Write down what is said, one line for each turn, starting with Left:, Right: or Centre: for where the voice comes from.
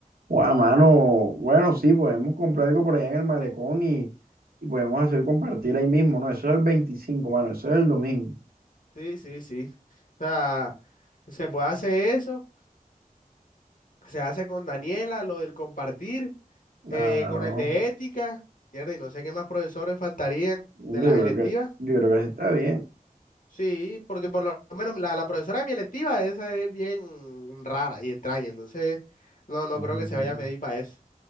Right: guau, mano, bueno, sí, podemos comprar algo por allá en el malecón y, y podemos hacer compartir ahí mismo, ¿no? Eso es el 25, mano, eso es el domingo.
Left: Sí, sí, sí. O sea, se puede hacer eso. Se hace con Daniela, lo del compartir,
Right: Claro.
Left: eh, con el de ética. Mierda, y no sé qué más profesores faltarían
Right: Yo
Left: de las electivas.
Right: creo que, yo creo que así está bien.
Left: Sí, porque por lo menos la, la profesora de mi electiva, esa es bien rara y extraña. Entonces, no, no
Right: <laughs> Ujú.
Left: creo que se vaya a medir para eso.